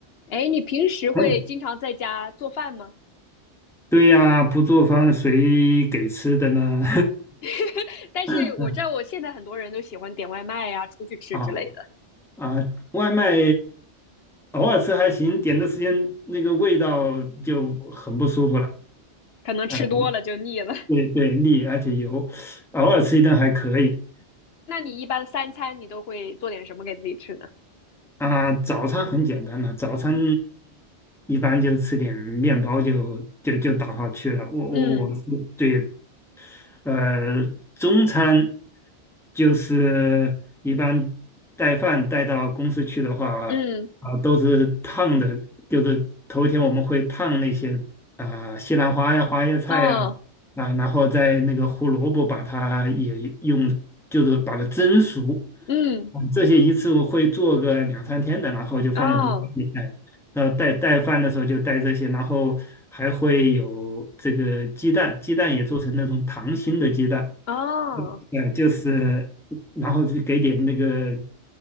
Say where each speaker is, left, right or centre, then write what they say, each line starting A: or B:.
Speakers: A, on the left (about 60°); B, in the centre.
A: 哎，你平时会经常在家做饭吗？
B: <laughs> 嗯对呀，不做饭谁给吃的呢？
A: <laughs> 但是我知道我现在很多人都喜欢点外卖呀、
B: <laughs>
A: 出去吃之类的，
B: 啊啊，外卖偶尔吃还行，点的时间那个味道就很不舒服了。
A: 可能吃多了就腻了。
B: 啊，
A: <laughs>
B: 对对，腻而且油，偶尔吃一顿还可以。
A: 那你一般三餐你都会做点什么给自己吃呢？
B: 啊，早餐很简单了，早餐一般就吃点面包就就就打发去了。我我我是对
A: 嗯
B: 呃，中餐就是一般带饭带到公司去的话，
A: 嗯
B: 啊、都是烫的，就是头一天我们会烫那些啊、西兰花呀、花椰菜呀，
A: 哦
B: 啊、然后在那个胡萝卜把它也用，就是把它蒸熟，
A: 嗯
B: 我们这些一次会做个两三天的，然后就放在冰箱里。
A: 哦
B: 哎，呃，带带饭的时候就带这些，然后还会有这个鸡蛋，鸡蛋也做成那种溏心的鸡蛋，
A: 哦
B: 呃，就是然后就给点那个